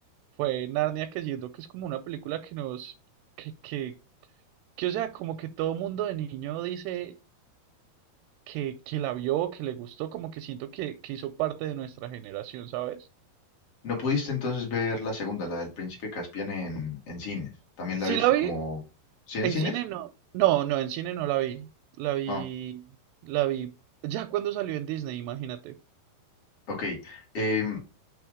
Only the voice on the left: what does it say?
No pudiste entonces ver la segunda, la del Príncipe Caspian en, en cines. También
la viste
como... ¿Sí en
cines?
Ah,
ok. Em,